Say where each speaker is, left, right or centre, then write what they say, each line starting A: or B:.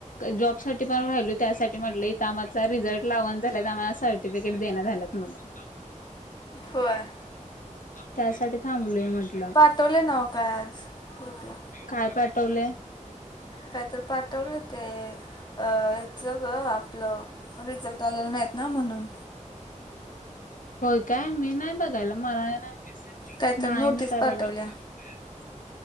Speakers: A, on the left (about 85°); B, on the left (about 35°).
A: जॉब साठी पण राहिलोय त्यासाठी म्हटलं त्या आमाचा रिझल्ट लावण झाल्यात, आमला सर्टिफिकेट देईना झाल्यात म्हणून.
B: होय.
A: त्यासाठी थांबलोय म्हटल.
B: पाठवलय नव काय आज ग्रुपला.
A: काय पाठवलय?
B: कायतर पाठवलय ते अ याच ग, आपलं रिझल्ट लागल नाहीत ना म्हणून
A: होय काय, मी नाही बघायला. मला नाही
B: काय
A: नाही
B: तर नोटीस
A: मी काय
B: पाठवल्या
A: बघा तेच.